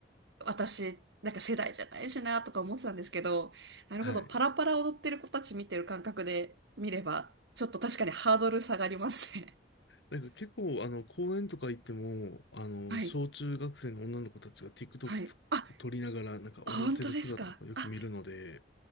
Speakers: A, on the right; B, on the left.
A: 私、なんか世代じゃないしなーとか思ってたんですけど、なるほど。
B: はい。
A: パラパラ踊ってる子たち見てる感覚で見れば、ちょっと確かにハードル下がりますね。
B: なんか結構、あの、公園とか行っても、あの、
A: <laughs> はい、
B: 小中学生の女の子たちが TikTok
A: はい。
B: つ撮りながら、
A: あ、
B: なんか踊ってる姿とかよく見るので、
A: 本当ですか。あ、